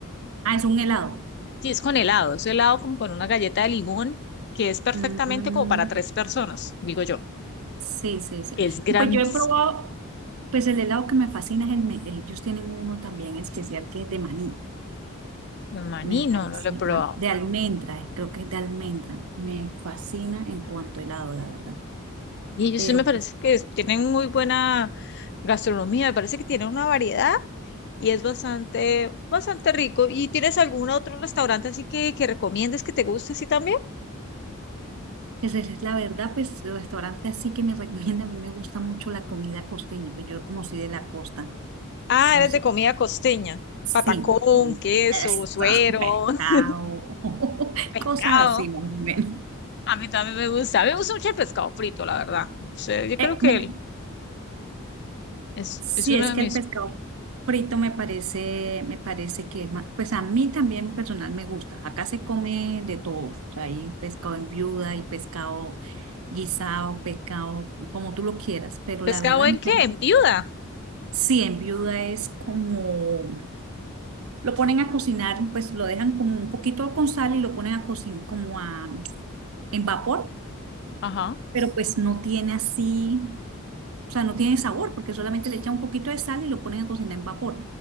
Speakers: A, on the right; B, on the left.
A: ah, es un helado.
B: Sí, es con helado, es helado como con una galleta de limón que es perfectamente
A: Mm.
B: como para tres personas, digo yo.
A: Sí, sí, sí.
B: que es grandísimo.
A: Pues yo he probado, pues el helado que me fascina es el, me- el- ellos tienen uno también especial que es de maní,
B: El maní
A: me parece,
B: no, no lo he probado.
A: man- de almendra, creo que es de almendra. Me fascina en cuanto a helado, la verdad.
B: Y ellos
A: Pero
B: sí me parece
A: pues,
B: que es- tienen muy buena gastronomía, me parece que tienen una variedad y es bastante, bastante rico. ¿Y tienes algún otro restaurante así que, que recomiendes que te guste así también?
A: pues esa es la verdad, pues el restaurante así que me <laughs> recomienda, a mí me gusta mucho la comida costeña, pues yo como soy de la costa,
B: Ah,
A: entonces
B: eres de comida costeña,
A: sí,
B: patacón, queso,
A: Esto,
B: suero,
A: eso, pescado,
B: <laughs>
A: <laughs>
B: pescado.
A: cosas así más o menos.
B: A mí también me gusta, a mí me gusta mucho el pescado frito, la verdad. O sea, yo creo
A: Eh,
B: que
A: me-
B: el- es,
A: Sí,
B: es uno
A: es
B: de
A: que
B: mis...
A: el pescado frito me parece, me parece que, es ma- pues a mí también personal me gusta. Acá se come de todo. O sea, hay pescado en viuda, hay pescado guisado, pescado como tú lo quieras. Pero
B: ¿Pescado
A: la verdad, a
B: en
A: mí también-
B: qué? En viuda.
A: sí, en viuda es como, lo ponen a cocinar, pues lo dejan como un poquito con sal y lo ponen a cocinar como a, en vapor,
B: Ajá.
A: pero pues no tiene así. O sea, no tiene sabor porque solamente le echan un poquito de sal y lo ponen a cocinar en vapor.